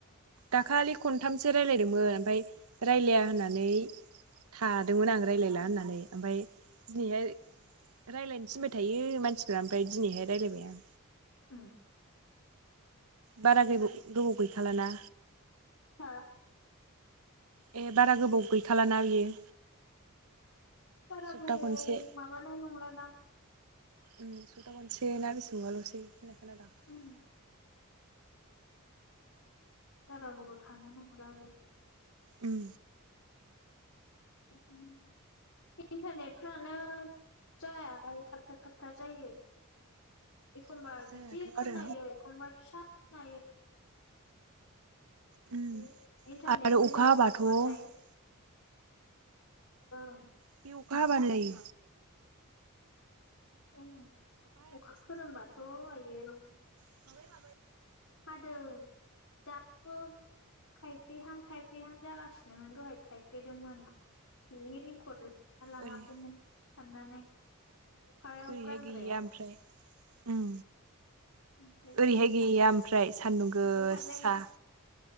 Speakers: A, on the right; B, on the left.
A: दाखालि खनथामसो रायलायदोंमोन ओमफ्राय रायलाया
B: ए
A: होननानै थादोंमोन आं रायज्लायला होनना नानै ओमफ्राय दिनैहाय रायलायनो थिनबाय थायो मानसिफ्रा ओमफ्राय दिनैहाय रायलायबाय आं।
B: उम
A: बारा गैबाव गोबाव गैखालाना।
B: हा?
A: ए बारा गोबाव गैखालाना बियो।
B: बारा
A: सप्ता
B: गोबाव
A: खनसे
B: माबानाय नंला दां?
A: उम सप्ता मोननसे ना बेसांबाल'सै। <unintelligible>
B: उम बारा गोबाव थानो ना <unintelligible>
A: उम।
B: <unintelligible> इन्टारनेटफ्रानो जायाहाय थाबथा थाबथा जायो। एखमबा
A: जायाथ'
B: गिदिर
A: आरो
B: खोनो एखमबा फिसा खोनायो
A: उम
B: बिदि इन्टारनेट
A: आरो
B: मोजां
A: अखा हाबाथ'
B: नङाबाब्लाथाय
A: उम
B: ओं।
A: बे अखा हाबानो जायो।
B: ओं अखा खोरोमबाथ' आयो
A: ओमफ्राय माबा
B: हादों दाबो थायफ्रिहां थायफ्रिहां जागासिनोमोन दहाय थायफ्रिदोंमोन बे रिंकर्ड ना लाङाखैमोन
A: ओरै
B: साननानै। अखायाव
A: ओरैहाय
B: गानग्राया।
A: गैया ओमफ्राय उम।
B: ओमफ्राय
A: ओरैहाय गैया ओम प्राइस। सान्दुंगोसा।
B: सानबाय थाबाय आं